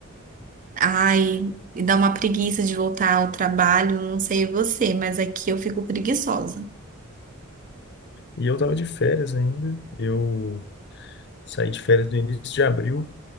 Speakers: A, on the right (about 35°); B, on the left (about 50°).
A: Ai, e dá uma preguiça de voltar ao trabalho, não sei você, mas aqui eu fico preguiçosa.
B: E eu tava de férias ainda. Eu saí de férias no início de abril,